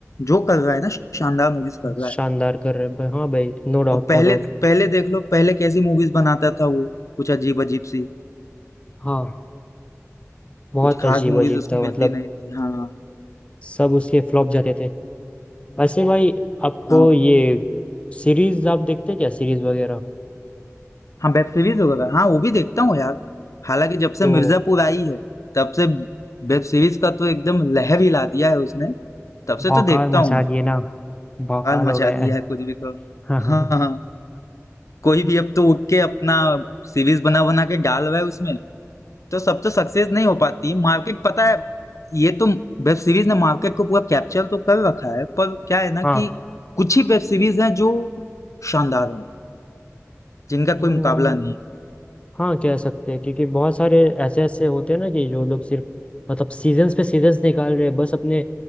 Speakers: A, on the left (about 75°); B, on the left (about 20°).
A: जो कर रहा है ना शानदार मूवीज कर रहा
B: शानदार
A: है।
B: कर रहे हैं भाई हाँ भाई नो डाउट
A: और पहले
B: नो डाउट
A: पहले देख लो पहले कैसी मूवीज बनाता था वो कुछ अजीब अजीब सी
B: हाँ बहुत
A: कुछ खास
B: अजीब
A: मूवीज
B: अजीब
A: उसको
B: था
A: मिलती
B: मतलब
A: नहीं थी हाँ
B: सब उसके फ्लॉप जाते थे वैसे भाई आपको
A: हाँ
B: ये सीरीज आप देखते हैं क्या सीरीज वगैरह
A: हाँ, वेब सीरीज़ वगैरह हाँ, वो भी देखता हूँ यार। हालाँकि जब
B: तो
A: से मिर्ज़ापुर आई है, तब से वेब सीरीज़ का तो एकदम लहर हिला दिया है उसने। तब से
B: भौकाल
A: तो देखता
B: मचा
A: हूँ मैं।
B: दिए ना
A: भोकाल
B: भौकाल
A: मचा
B: हो गया
A: दिया है कुछ भी कहो।
B: है
A: हाँ,
B: <laughs>
A: हाँ। कोई भी अब तो उठ के अपना सीरीज़ बना-बना के डाल रहा है उसमें, तो सब तो सक्सेस नहीं हो पाती। मार्केट पता है ये तो वेब सीरीज़ ने मार्केट को पूरा कैप्चर तो कर रखा है, पर क्या है ना कि
B: हाँ
A: कुछ ही वेब सीरीज़ हैं जो शानदार हैं भाई, जिनका
B: हम्म,
A: कोई मुकाबला नहीं है।
B: हाँ कह सकते हैं क्योंकि बहुत सारे ऐसे ऐसे होते हैं ना कि जो लोग सिर्फ मतलब सीजन्स पे सीजन्स निकाल रहे हैं बस अपने